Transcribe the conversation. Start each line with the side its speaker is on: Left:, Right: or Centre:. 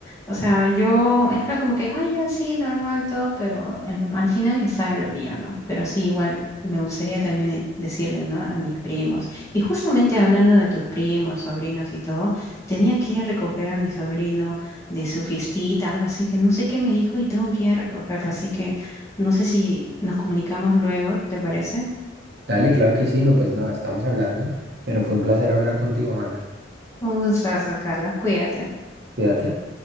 Left: O sea, yo era como que, ah, ya sí, normal todo, pero el- al final yo estaba en lo mío, ¿no? Pero sí, igual me gustaría también eh, decirle, ¿no? A mis primos. Y justamente hablando de tus primos, sobrinos y todo, tenía que ir a recoger a mi sobrino de su fiestita, algo así, que no sé qué me dijo y tengo que ir a recogerlo. Así que no sé si nos comunicamos luego, ¿te parece?
Right: Dale, claro que sí, no, pues nada, estamos hablando, pero fue un placer hablar contigo, Amanda.
Left: Un gustazo, Carlos. Cuídate.
Right: Cuídate.